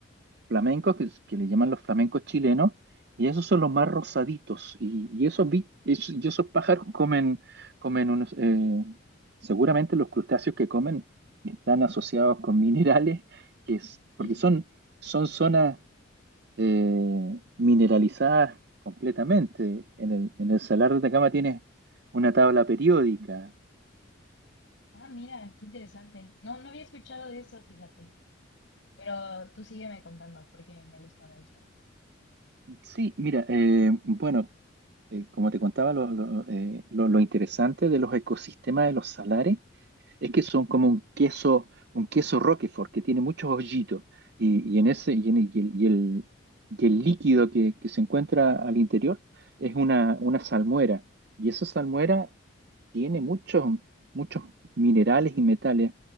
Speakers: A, on the right (about 55°); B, on the left (about 70°).
A: flamencos que, que le llaman los flamencos chilenos, y esos son los más rosaditos, y, y esos, bi- es- y esos pájaros <laughs> comen, comen unos, eh, seguramente los crustáceos que comen están asociados con minerales, que es, porque
B: <laughs>
A: son, son zonas eh, mineralizadas completamente. En el, en el Salar de Atacama tienes una tabla periódica.
B: Ah, mira, qué interesante. No, no había escuchado de eso, fíjate. Pero tú sígueme contando porque me gusta, me gusta.
A: Sí, mira, eh, bueno eh, como te contaba, lo, lo, eh, lo- lo interesante de los ecosistemas de los salares Es que son como un queso, un queso Roquefort que tiene muchos hoyitos y, y en ese y, en- y el, y el- y el líquido que, que se encuentra al interior es una, una salmuera y esa salmuera tiene muchos muchos minerales y metales